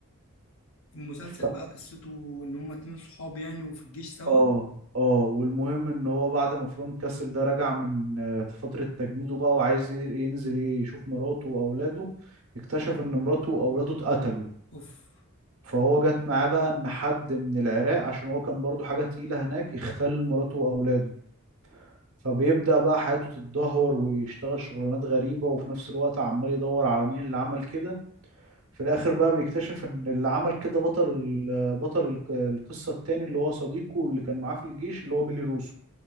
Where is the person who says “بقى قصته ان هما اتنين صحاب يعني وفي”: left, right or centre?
Left